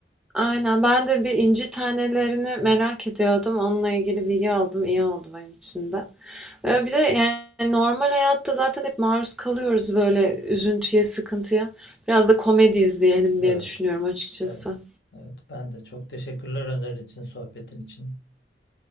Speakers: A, in the centre; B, on the left.
A: aynen ben de bir inci tanelerini merak ediyordum. Onunla ilgili bilgi aldım. iyi oldu benim için de. Ve bir de yani normal hayatta zaten hep maruz kalıyoruz böyle üzüntüye, sıkıntıya. Biraz da komedi izleyelim diye
B: Evet,
A: düşünüyorum açıkçası.
B: evet, evet. Ben de çok teşekkürler önerin için, sohbetin için.